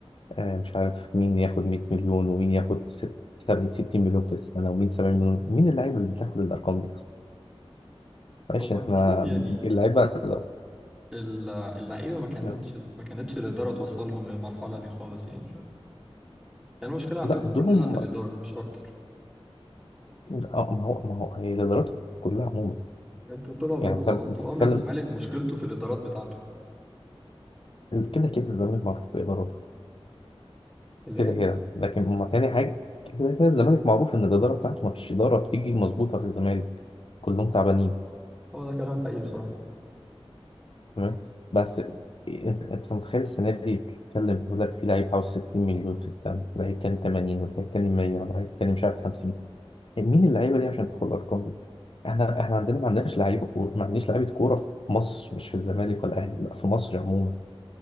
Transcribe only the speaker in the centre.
هو
المفروض يعني
ال- اللعيبة ما كانتش
ما كانتش الإدارة توصلهم للمرحلة دي خالص يعني يعني المشكلة عندكم
كلها في الإدارة
مش أكتر
انتوا طول عمركم
اه
طول عمر الزمالك مشكلته في الإدارات بتاعته
الايه؟
هو ده كلام حقيقي بصراحة